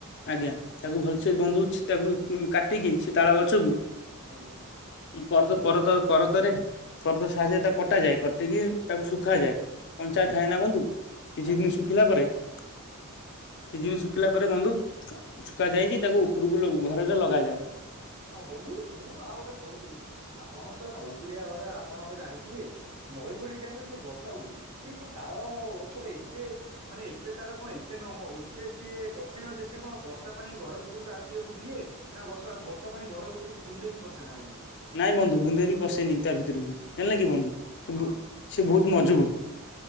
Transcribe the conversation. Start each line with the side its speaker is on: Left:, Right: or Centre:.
Left: ଆଜ୍ଞା ତାକୁ ଭଲସେ ବନ୍ଧୁ ହଉଛି ତାକୁ କାଟିକି ସେ ତାଳ ଗଛକୁ
Right: ଆଜ୍ଞା
Left: ବଡ଼ କର କର କରଦରେ କରତ ସାହାଯ୍ୟରେ ତାକୁ କଟାଯାଏ। କାଟିକି ତାକୁ ଶୁଖାଯାଏ। କଞ୍ଚା
Right: ଆଜ୍ଞା
Left: ଥାଏ ନା ବନ୍ଧୁ। କିଛି
Right: ଆଜ୍ଞା
Left: ଦିନ ଶୁଖିଲା ପରେ କିଛି
Right: ଆଜ୍ଞା ଆଜ୍ଞା।
Left: ଦିନ ଶୁଖିଲା ଉପରେ ବନ୍ଧୁ ଛୁକା ଯାଇକି। ତାକୁ ଉପରକୁ ଘରରେ ଲଗାଯାଏ।
Right: ହଁ ବନ୍ଧୁ ମୁଁ ଆଉ ଗୋଟେ କହୁଥିଲି। ଆପଣ ତ ନଈକଳିଆ ଘର ଆପଣତ ଜାଣିଥିବେ? ନଈ ବଡ଼ି ଟାଇମ୍ ରେ ଯେଉଁ ବର୍ଷା ହୁଏ ସିଏ କଣ ତାଳ ଗଛରେ ଏତେ ମାନେ ଏତେ ତାର କଣ ଏତେ ନ ଏତେ ସିଏ କଠିନ ଯେ ସିଏ କଣ ବର୍ଷା ପାଣି ଘର ଭିତରକୁ ଆସିବାକୁ ଦିଏ? ନା ବର୍ଷା ବର୍ଷା ପାଣି ଘର ଭିତରକୁ ବୁନ୍ଦେ ବି ପଶେ ନା ବନ୍ଧୁ।
Left: ନାଇଁ ବନ୍ଧୁ ବୁନ୍ଦେ ବି ପଶେନି ତା ଭିତରକୁ ହେଲା କି ବନ୍ଧୁ,
Right: ହଁ।
Left: ସେ ବହୁତ ମଜବୁତ।